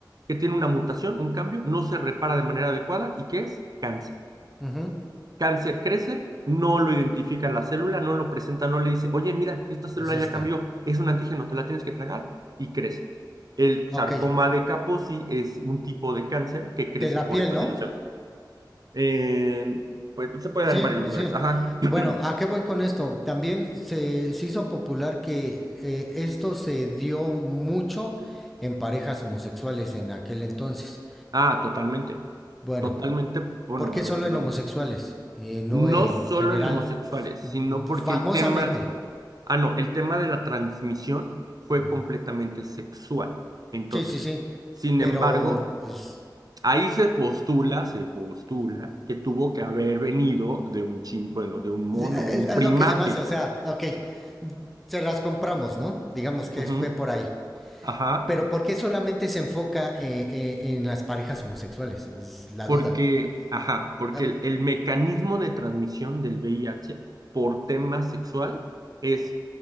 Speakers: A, on the right; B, in the centre.
A: que tiene una mutación, un cambio, no se repara de manera adecuada y que es cáncer?
B: Ujú,
A: Cáncer crece, no lo identifica la célula, no lo presenta, no le dice, oye, mira, esta célula
B: es esta.
A: ya cambió, es un antígeno, te la tienes que tragar y crece. El
B: Okey,
A: sarcoma de Kaposi es un tipo de cáncer que crece
B: de la
A: por
B: piel,
A: esta
B: ¿no?
A: situación. Eh, pues se puede
B: Sí,
A: dar en varios
B: pues
A: lugares.
B: sí.
A: Ajá. <clears throat>
B: Bueno, ¿a qué voy con esto? También se, se hizo popular que eh, esto se dio mucho en parejas homosexuales en aquel entonces.
A: Ah, totalmente.
B: Bueno,
A: Totalmente. Bueno,
B: ¿por qué
A: a
B: solo
A: ver, vamos.
B: en homosexuales? Eh, no
A: no
B: en
A: solo
B: general.
A: en homosexuales,
B: Mm,
A: sino porque
B: Famosamente.
A: el tema, ah, no, el tema de la transmisión fue
B: Ujú.
A: completamente sexual. Entonces,
B: Sí, sí, sí.
A: sin
B: Pero
A: embargo,
B: pues,
A: ahí se postula, se postula
B: mm,
A: que tuvo que haber venido de un chin- bueno, de un mono,
B: es,
A: un
B: es
A: primate.
B: lo que se me hace. O sea, ok, se las compramos, ¿no? Digamos que
A: Ujú.
B: fue por ahí.
A: Ajá.
B: Pero ¿por qué solamente se enfoca eh, eh, en las parejas homosexuales? Es la
A: Porque,
B: duda.
A: ajá, porque
B: Ah,
A: el, el mecanismo de transmisión del VIH por tema sexual es